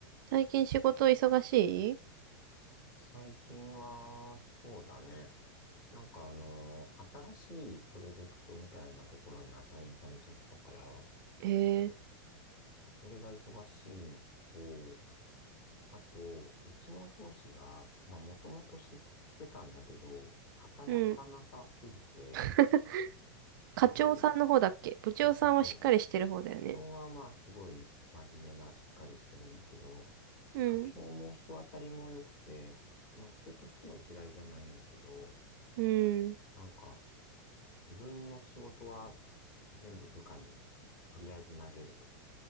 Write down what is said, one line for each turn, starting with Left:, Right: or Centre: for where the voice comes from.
Right: 最近仕事忙しい
Left: 最近は、そうだね。なんかあの、新しいプロジェクトみたいなところにアサインされちゃったから、
Right: へえ。
Left: それが忙しいのと、あと、うちの上司が、まあ、もともと知ってたんだけど、働かなさすぎて、
Right: うん。<laughs> 課長さんの方だっけ部長さんはしっかりしてる方だよね。
Left: 自分、そうそうそう、部長はまあ、すごい真面目な、しっかりしてるんだけど、
Right: うん。
Left: 課長も人当たりも良くて、まあ、人としては嫌いじゃないんだけど、
Right: うん。
Left: なんか、自分の仕事は全部部下にとりあえず投げると。